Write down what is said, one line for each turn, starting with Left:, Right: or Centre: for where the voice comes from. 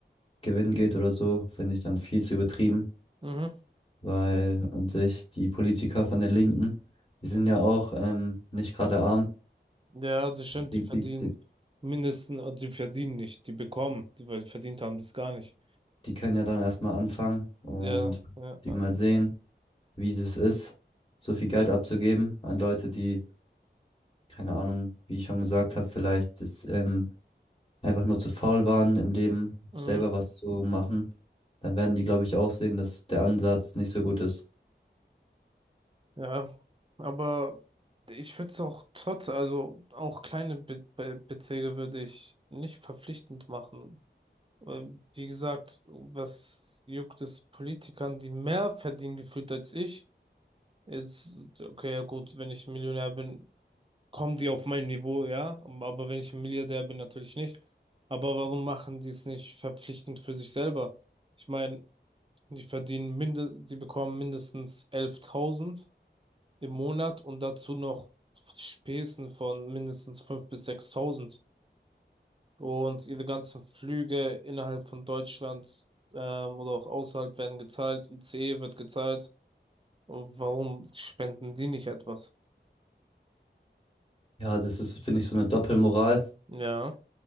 Left: Gewinn geht oder so, finde ich dann viel zu übertrieben.
Right: Mhm.
Left: weil an sich die Politiker von der Linken, die sind ja auch ähm, nicht gerade arm.
Right: Ja, das stimmt,
Left: Die,
Right: die
Left: die,
Right: verdienen
Left: die,
Right: mindestens, äh, die verdienen nicht, die bekommen, die, weil die verdient haben, das gar nicht.
Left: die können ja dann erstmal anfangen und
Right: Ja, ja,
Left: die
Right: ja.
Left: mal sehen, wie es ist, so viel Geld abzugeben an Leute, die, keine Ahnung, wie ich schon gesagt habe, vielleicht das, ähm, einfach nur zu faul waren im Leben,
Right: Mhm.
Left: selber was zu machen. Dann werden die, glaube ich, auch sehen, dass der Ansatz nicht so gut ist.
Right: Ja, aber ich würde es auch trotz, also auch kleine Be Be Beträge würde ich nicht verpflichtend machen Äh, Wie gesagt, was juckt es Politikern, die mehr verdienen gefühlt als ich? Jetzt, okay, ja gut, wenn ich Millionär bin, kommen die auf mein Niveau, ja. Aber wenn ich ein Milliardär bin, natürlich nicht. Aber warum machen die es nicht verpflichtend für sich selber? Ich meine, die verdienen minde, die bekommen mindestens 11.000 im Monat und dazu noch Spesen von mindestens 5.000 bis 6.000. Und ihre ganzen Flüge innerhalb von Deutschland ähm, oder auch außerhalb werden gezahlt. ICE wird gezahlt. Und warum spenden die nicht etwas?
Left: Ja, das ist, finde ich, so eine Doppelmoral.
Right: Ja,